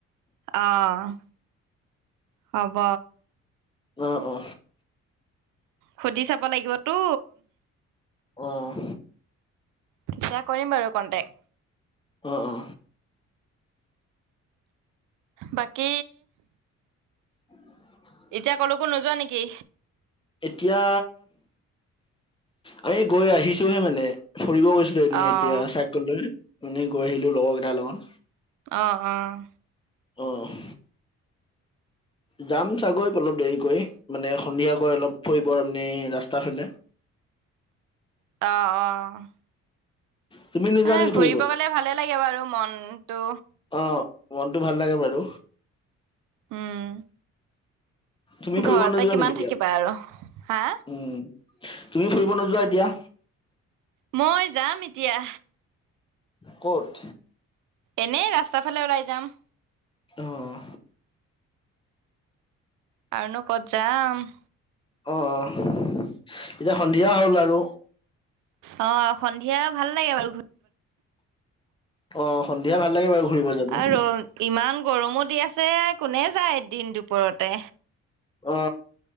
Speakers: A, on the right; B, on the left.
A: অ', হব
B: অ, অ,
A: সুধি চাব লাগিবতো
B: অ',
A: তেতিয়া কৰিম বাৰু কণ্টেক্ট।
B: অ', অ'।
A: বাকী।
B: <inaudible>
A: এতিয়া কলেকো নোযোৱা নেকি।
B: এতিয়া আমি গৈ আহিছোহে মানে ফুৰিব গৈছো লো এনেই
A: অ',
B: এতিয়া চাইকেল লৈ এনে গৈ আহিলো লগৰকেইাৰ লগত।
A: অ', অ'।
B: অ'। যাম চাগৈ অলপ দেৰিকৈ মানে সন্ধিয়াকৈ অলপ ফুৰিব আপনি ৰাস্তা ফালে।
A: অ', অ'।
B: তুমি নোযোৱা
A: এ,
B: নেকি
A: ঘূৰিব
B: ফুৰিব
A: গলে ভালে লাগে বাৰু মনতটো।
B: অ', মনটো ভাল লাগে বাৰু।
A: উম
B: তুমি
A: ঘৰতে
B: ফুৰিব নোযোৱা
A: কিমান
B: নেকি এতিয়া
A: থাকিবা আৰু হা
B: উম। তুমি ফুৰিব নোযোৱা এতিয়া।
A: মই যাম এতিয়া।
B: ক'ত?
A: এনেই ৰাস্তাৰ ফালে ওলাই যাম।
B: অ'।
A: আৰুনো ক'ত যাম।
B: অ', অ', এতিয়া সন্ধিয়া হ'ল আৰু।
A: অ', সন্ধিয়া ভাল লাগে বাৰু
B: অ, সন্ধিয়া ভাল লাগে বাৰু ঘুৰিব জাব।
A: আৰু ইমান গৰমো দি আছে কোনে যায় এদিন দুপৰতে।
B: অ,